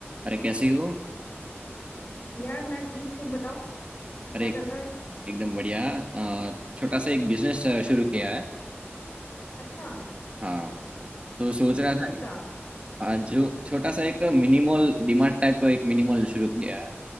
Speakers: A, on the right (about 25°); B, on the left (about 40°).
A: अरे कैसी हो
B: यार मैं ठीक तुम बताओ क्या
A: अरे
B: चल रहा है
A: एकदम बढ़िया अ, छोटा सा एक बिजनेस शुरू किया है
B: अच्छा
A: हाँ तो सोच रहा
B: किस
A: था
B: चीज का
A: अ, जो छोटा सा एक मिनी मॉल डीमार्ट टाइप का एक मिनी मॉल शुरू किया है